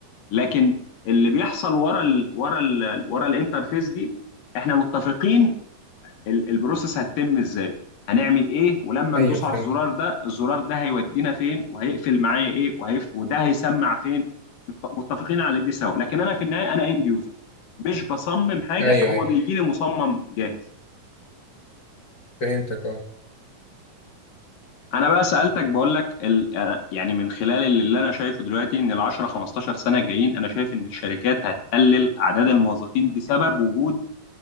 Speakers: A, on the left; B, on the left.
A: لكن اللي بيحصل ورا ال ورا ال ورا الانترفيس دي احنا متفقين ال- البروسيس هتتم ازاي هنعمل ايه ولما
B: ايوه
A: ندوس
B: فهمت
A: على الزرار ده الزرار ده هيودينا فين وهيقفل معايا ايه وهيفت... وده هيسمع فين مت- متفقين على دي سوا لكن انا في النهايه انا اند يوزر مش بصمم حاجه
B: ايوه
A: هو
B: ايوه
A: بيجي لي مصمم جاهز
B: فهمتك اه
A: انا بقى سالتك بقول لك ال... أنا- يعني من خلال اللي انا شايفه دلوقتي ان ال 10 15 سنه الجايين انا شايف ان الشركات هتقلل اعداد الموظفين بسبب وجود